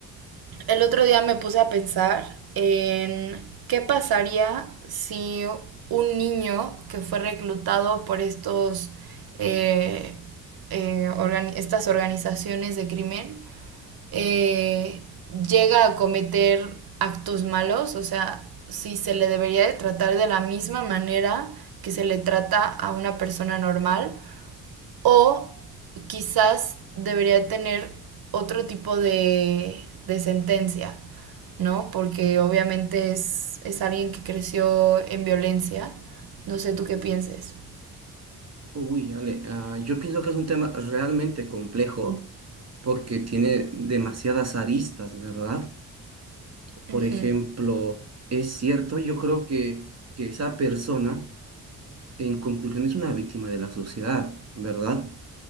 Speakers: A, on the right; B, on the right.
A: el otro día me puse a pensar en qué pasaría si un niño que fue reclutado por estos, eh, eh, organi- estas organizaciones de crimen eh, llega a cometer actos malos, o sea, si se le debería de tratar de la misma manera que se le trata a una persona normal, o quizás debería tener otro tipo de, de sentencia, ¿no? Porque obviamente es, es alguien que creció en violencia. No sé tú qué pienses.
B: Uy, Ale, ah, yo pienso que es un tema realmente complejo porque tiene demasiadas aristas, ¿verdad? Por
A: Ujú,
B: ejemplo, es cierto, yo creo que, que esa persona, en conclusión, es una víctima de la sociedad, ¿verdad?